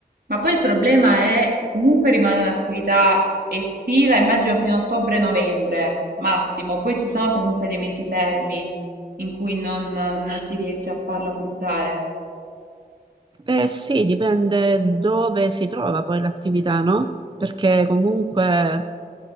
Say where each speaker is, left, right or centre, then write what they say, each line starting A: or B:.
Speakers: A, on the right (about 65°); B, on the right (about 30°).
A: Ma poi il problema è che comunque rimane un'attività estiva, immagino fino a ottobre-novembre massimo, poi ci sono comunque dei mesi fermi in cui non, non si riesce a farla fruttare.
B: Eh sì, dipende dove si trova poi l'attività, no? Perché comunque